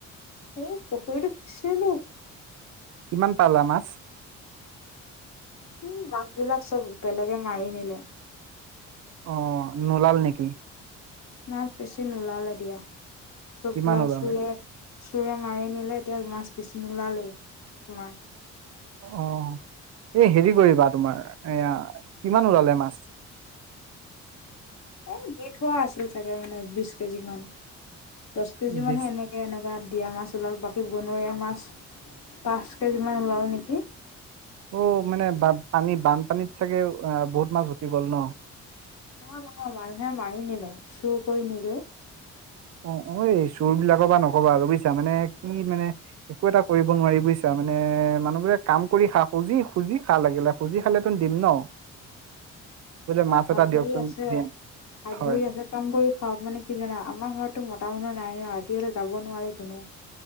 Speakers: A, on the left (about 65°); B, on the right (about 55°).
A: এই পুখুৰীটো সিঁচিলোঁ <unintelligible>
B: কিমান পালা মাছ? <inaudible>
A: উম মাছ বিলাক চব বেলেগে মাৰি নিলে। <unintelligible>
B: অঁ! নোলাল নেকি? <unintelligible>
A: নাই বেছি নোলালে দিয়া। চববিলাক
B: কিমান ওলালে
A: চুৰে <unintelligible> চোৰে মাৰি নিলে এতিয়া মাছ বেছি নোলালেই তোমাৰ। <inaudible>
B: অঁ! এই হেৰি কৰিবা তোমাৰ এয়া কিমান ওলালে মাছ? <unintelligible>
A: এ দি থোৱা আছিল চাগে মানে বিছ কেজি মান দহ কেজি মানহে
B: বিশ
A: এনেই <unintelligible> এনেকুৱা দিয়া মাছ ওলাল বাকী বনৰীয়া মাছ পাঁচ কেজি মান ওলাল নেকি? <unintelligible>
B: অঁ মানে বান পানী বানপানীত চাগে অ বহুত মাছ উটি গ'ল ন? <unintelligible>
A: নহয়-নহয়, মানুহে মাৰি নিলে চুৰ কৰি নিলেও। <unintelligible>
B: অ-অ এই চোৰবিলাকৰ পৰা নকবা আৰু বুজিছা মানে কি মানে <unintelligible> একো এটা কৰিব নোৱাৰি বুজিছা মানে মানুহবোৰে কাম কৰি খা, খুজি-খুজি খা লাগিলে। <unintelligible> খুজি খালেটো দিম ন। <unintelligible> বোলে মাছ
A: অঁ!
B: এটা
A: হাত-ভৰি
B: দিয়কচোন
A: আছে,
B: দিম
A: হাত-ভৰি
B: হয়
A: আছে <unintelligible> কাম কৰি খাওক মানে কি জানা আমাৰ ঘৰতো মতা মানুহ নাই ন ৰাতি হ'লে যাব নোৱাৰে কোনো। <unintelligible>